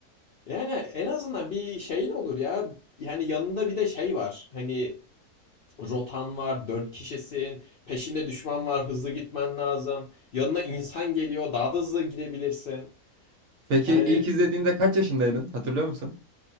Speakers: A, on the left (about 65°); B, on the right (about 60°).
A: Yani en azından bir şeyin olur ya. Yani yanında bir de şey var. Hani rotan var, dört kişisin. Peşinde düşman var, hızlı gitmen lazım. Yanına insan geliyor, daha da hızlı gidebilirsin.
B: Peki
A: Yani
B: ilk izlediğinde kaç yaşındaydın hatırlıyor musun?